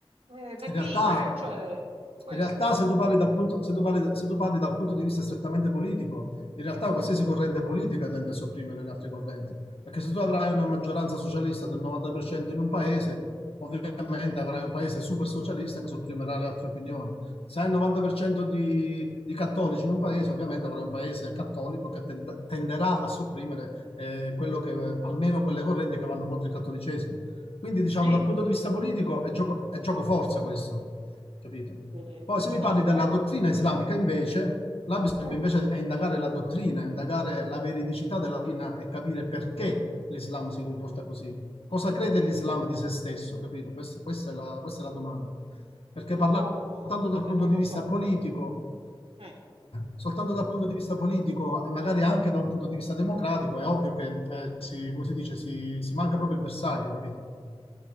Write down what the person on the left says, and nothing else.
In realtà,
in realtà se tu parli dal punto, se tu parli- se tu parli dal punto di vista strettamente politico, in realtà qualsiasi
corrente politica tende a sopprimere le altre correnti, perché se tu avrai una maggioranza socialista del 90% in un paese, ovviamente avrai un paese super socialista che sopprimerà le altre opinioni. Se hai il 90% di, di cattolici in un paese, ovviamente avrai un paese cattolico che tend- tenderà a sopprimere eh, quello che, almeno quelle correnti che vanno contro il cattolicesimo. Quindi, diciamo,
dal punto di vista politico è gioco, è gioco forza questo, capito?
Poi se
mi parli della
dottrina islamica, invece, là bisogna
invece è indagare la dottrina, indagare la veridicità della dottrina e capire perché l'Islam si comporta così. Cosa crede l'Islam di se stesso, capito? Questo- questa è la, questa è la domanda. Perché parlare
soltanto dal punto
di
vista
politico,
soltanto dal punto di vista politico e magari anche da un punto di vista democratico, è ovvio che, eh, si, come si dice, si, si manca proprio il bersaglio, capito?